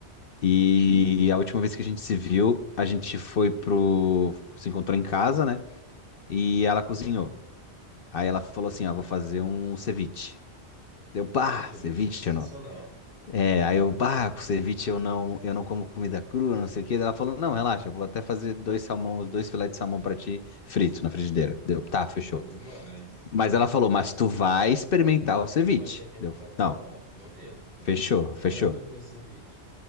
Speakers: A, on the left; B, on the right.
A: E a última vez que a gente se viu, a gente foi pro. Se encontrou em casa, né? E ela cozinhou. Aí ela falou assim: Ó, vou fazer um ceviche. Deu, pá,
B: o ceviche
A: ceviche,
B: é sensacional.
A: É, aí eu,
B: Eu
A: bah,
B: curto.
A: com ceviche eu não, eu não como comida crua, não sei o quê. Daí Ela falou, não, relaxa, eu vou até fazer dois salmão, dois filetes de salmão pra ti, frito na frigideira. Deu, tá, fechou.
B: Bom demais.
A: Mas ela falou, mas tu vai experimentar o ceviche.
B: Vai ter que,
A: Deu,
B: vai provar,
A: não,
B: pelo menos, né?
A: fechou,
B: Mas
A: fechou.
B: era do que o ceviche?